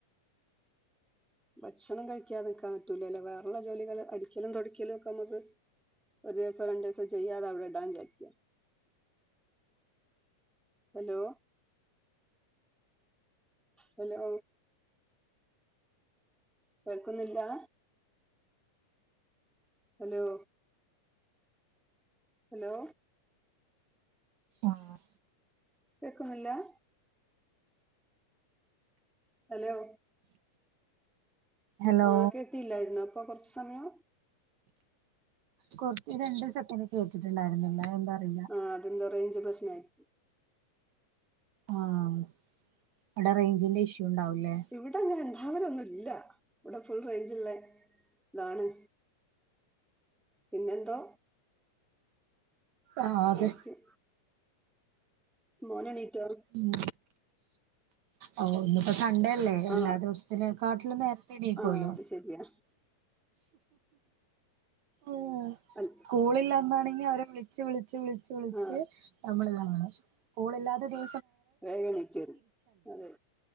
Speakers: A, in the centre; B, on the right.
A: ഭക്ഷണം കഴിക്കാതെ നിക്കാൻ പറ്റൂലല്ലേ വേറെള്ള ജോലികള് അടിക്കലും തൊടിക്കലും ഓക്കെ മ്മക്ക് ഒര് ദിവസാെ രണ്ട് ദിവസാെ ചെയ്യാതെ അവിടെടാന്ന് വിചാരിക്കാ ഹെലോ ഹെലോ കേൾക്കുന്നില്ലാ ഹലോ ഹലോ
B: ആഹ്
A: കേക്കുന്നില്ലാ ഹലോ
B: ഹലോ
A: ആഹ് കേട്ടീല്ലായിര്ന്നാേ പ്പൊ കൊർച്ച് സമയം
B: കൊർച്ച് രണ്ട് സെക്കെന്റ് കേട്ടിട്ട്ണ്ടായ്ര്ന്നില്ലാ എന്താ അറിയില്ല
A: ആഹ് അതെന്തോ റെയ്ഞ്ച് പ്രശ്നായി
B: ആഹ് അവ്ടെ റെയ്ഞ്ചിന്റെ ഇഷ്യൂണ്ടാവുല്ലേ
A: ഇവ്ടെ അങ്ങെനെണ്ടാവലൊന്നുല്ലാ വ്ടെ ഫുൾ റെയ്ഞ്ച്ള്ളെതാണ് പിന്നെന്തോ
B: ആഹ് അതെ
A: ആയിരിക്കും മോനെണീറ്റോ
B: ഉം ഓ ഇന്ന്പ്പോ സണ്ടേ അല്ലേ എല്ലാ
A: ആ
B: ദിവസ്ത്തിനെക്കാട്ടിലും നേര് ത്തെണീക്കോലോ
A: ആ അത് ശരിയാ
B: ആഹ്
A: അൽ
B: സ്കൂളില്ലന്നാണെങ്കി അവരെ വിളിച്ച് വിളിച്ച് വിളിച്ച് വിളിച്ച്
A: ആ
B: നമ്മള്താവണം സ്കൂളില്ലാതെ ദി
A: വേഗെണിക്കോര് അതെ